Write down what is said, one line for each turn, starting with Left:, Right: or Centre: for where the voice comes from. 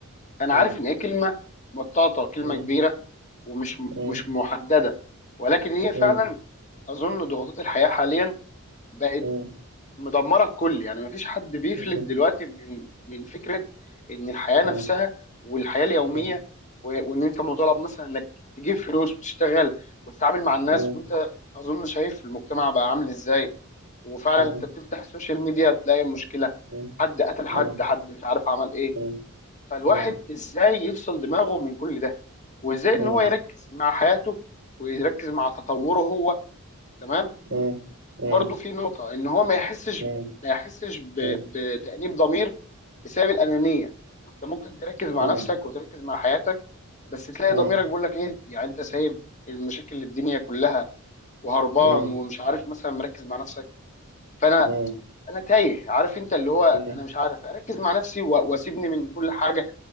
Left: انا
Right: م-
Left: عارف ان هي كلمه مطاطه كلمه
Right: م-
Left: كبيره ومش
Right: م-
Left: مش محدده ولكن هي فعلا
Right: م-
Left: اظن ضغوطات الحياه حاليا بقت
Right: م-
Left: مدمره الكل يعني مفيش حد بيفلت
Right: م- م-
Left: دلوقتي من من فكره ان الحياه
Right: م-
Left: نفسها والحياه اليوميه
Right: م-
Left: و- وان انت مطالب مثلا انك تجيب فلوس وتشتغل وتتعامل مع الناس
Right: م-
Left: وانت اظن شايف المجتمع بقى عامل ازاي وفعلا
Right: م-
Left: انت بتفتح السوشيال ميديا تلاقي مشكله
Right: م-
Left: حد قتل حد
Right: م-
Left: حد مش عارف عمل ايه
Right: مم.
Left: فالواحد
Right: مم.
Left: ازاي يفصل دماغه من كل ده وازاي ان
Right: مم.
Left: هو يركز مع حياته ويركز مع تطوره هو تمام
Right: مم. مم.
Left: وبرده في نقطه ان هو ما يحسش
Right: مم.
Left: ما يحسش ب-
Right: مم.
Left: بتانيب ضمير بسبب الانانيه انت ممكن تركز مع
Right: مم.
Left: نفسك وتركز مع حياتك بس تلاقي
Right: مم.
Left: ضميرك بيقول لك ايه يعني انت سايب المشاكل الدنيا كلها وهربان
Right: مم.
Left: ومش عارف مثلا مركز مع نفسك فانا
Right: مم.
Left: انا تايه عارف انت اللي هو
Right: مم.
Left: انا مش عارف اركز مع نفسي و- واسيبني من كل حاجه